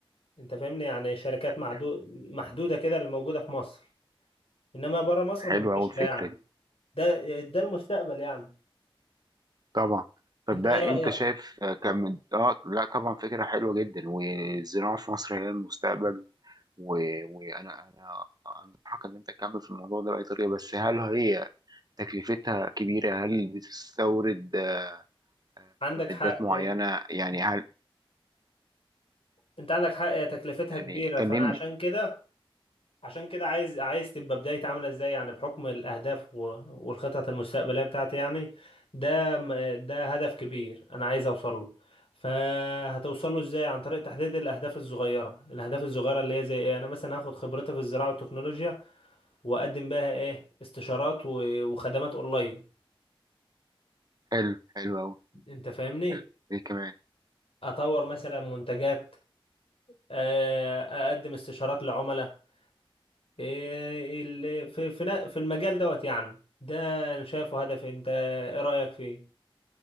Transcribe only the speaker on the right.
انت
حلوة
أوي الفكرة
دي
طبعا طب
ده
أنت شايف آه، كان من آه لا طبعا فكرة حلوة جدا والزراعة في مصر هي المستقبل و... وأنا أنا أنصحك إن أنت تكمل في الموضوع ده بأي طريقة بس هل هي تكلفتها كبيرة هل بتستورد آه، آه،
معدات
معينة
يعني هل
يعني
كلمني
حلو حلو أوي
حلو إيه كمان